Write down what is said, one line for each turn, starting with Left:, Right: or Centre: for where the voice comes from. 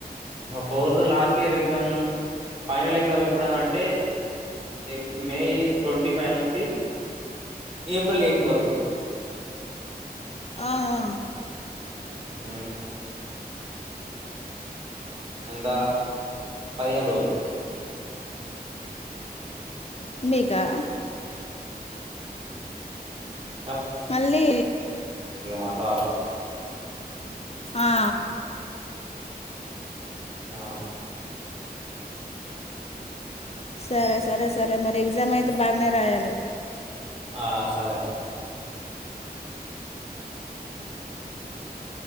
Right: fourth last year exam final exam ఎప్పుడనంటే ఏప్ మే ట్వంటీ ఫైవ్ నుంచి ఏప్రిల్ ఎయిత్ వరకు
Left: ఆహా
Right: మ్ ఎంతా పదిహేను రోజులు
Left: మీకా
Right: మ్
Left: మళ్ళీ
Right: మా సార్ వాళ్ళు
Left: ఆ
Right: ఆ
Left: సరే సరే సరే మరి ఎగ్జామ్ అయితే బాగనే రాయాలి
Right: ఆ సరే అక్క